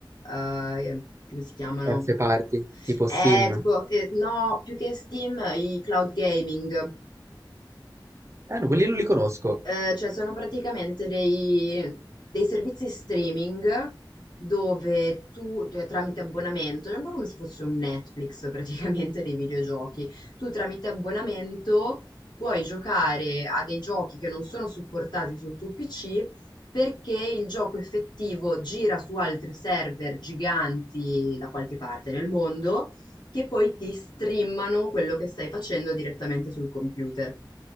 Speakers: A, on the left (about 60°); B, on the right (about 35°).
A: eh, come si chiamano?
B: terze parti, tipo
A: Eh,
B: Sim.
A: tipo, eh, no, più che Steam, i cloud gaming.
B: Ah, no, quelli non li conosco.
A: Eh, cioè sono praticamente dei, dei servizi streaming dove tu tu- tramite abbonamento, è un po' come se fosse un Netflix <laughs> praticamente dei videogiochi, tu tramite abbonamento puoi giocare a dei giochi che non sono supportati sul tuo PC perché il gioco effettivo gira su altri server giganti da qualche parte nel mondo che poi ti streamano quello che stai facendo direttamente sul computer.